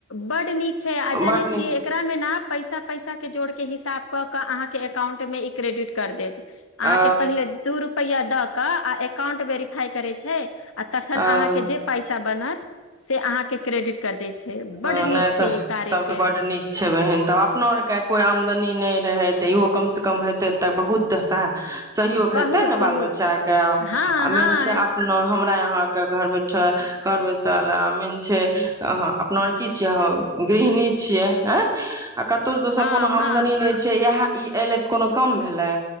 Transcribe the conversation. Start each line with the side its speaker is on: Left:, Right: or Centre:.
Left: बड नीक छै आ जानै
Right: बड
Left: छियै
Right: नीक
Left: एकरामे नाप पैसा पैसा के जोड़ के हिसाब क के अहाँके एककाउंट में ई क्रेडिट कर देत अहाँ
Right: अ
Left: कें पहिले दु रुपया द के आ एकाउंट वेरीफाई करै छै आ तखन
Right: अ
Left: अहाँके जे पैसा बनत से अहाँके क्रेडिट कर दै छै
Right: ह
Left: बड्ड
Right: नहि
Left: नीक छै
Right: तऽ
Left: ई कार्यके
Right: तब तऽ बड नीक छै बहीन तब अपो आरके कोइ आम आमदनी नहि रहै तऽ इहो कम से कम हेतै तऽ बहुत साथ सहयोग
Left: बहुत
Right: हेते ने
Left: बहुत
Right: बाल बच्चा के
Left: हँ
Right: आ
Left: हँ
Right: मेन छै अपना हमरा यहााँ के घर करबै बैसल अमीन छै हँ - नरकी छियै ह गृहिणी छियै हँ आ कतहु जे दोसर
Left: हँ
Right: कोनो
Left: हँ
Right: आमदनी नहि छै इएह ई एले तऽ कोनो कम भेले